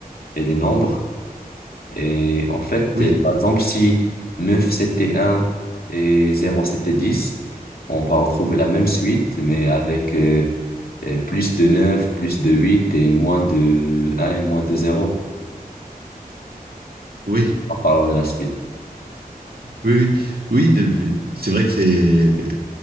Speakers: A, on the left; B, on the right.
A: et des nombres. Et en fait,
B: Oui,
A: euh, par exemple, si 9 c'était un et zéro c'était dix on va retrouver la même suite, mais avec euh, euh, plus de neuf plus de 8 et moins de un et moins de zéro
B: oui,
A: en parlant de la suite.
B: Oui, oui, oui, de- c'est vrai que c'est.